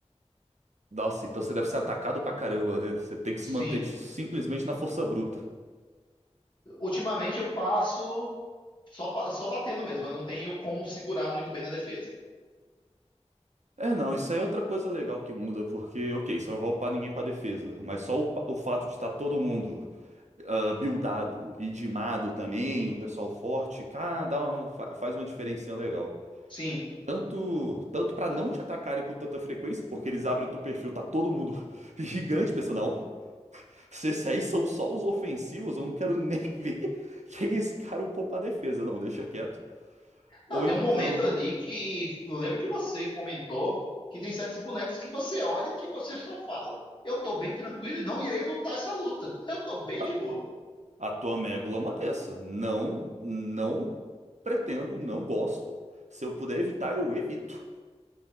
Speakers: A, on the right (about 80°); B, on the left (about 45°).
A: Nossa, então você deve ser atacado pra caramba, né? Você tem que
B: Sim,
A: se manter de- simplesmente na força bruta.
B: ultimamente eu passo só, pa- só batendo mesmo, eu não tenho como segurar muito bem na defesa.
A: É, não, isso aí é outra coisa legal que muda, porque, ok, você não vai upar ninguém pra defesa, mas só o, pa- o fato de estar todo mundo ah, buildado e dimado também, o pessoal forte, cara, dá uma- fa- faz uma diferencinha legal.
B: Sim,
A: Tanto, tanto para não te atacarem com tanta frequência, porque eles abrem o teu perfil, tá todo mundo <laughs> gigante, pensa, não, se esses aí são só os ofensivos, eu não quero nem <laughs> ver quem é esse cara upou pra defesa, não, deixa quieto. Ou
B: Ah, tem
A: então,
B: um momento ali que eu lembro que você comentou que tem certos bonecos que você olha que você só fala: Eu tô bem tranquilo e não irei lutar essa luta, eu tô bem
A: a,
B: de boa.
A: a tua amígdala é uma dessa. Não, não pretendo, não gosto. Se eu puder evitar, eu evito.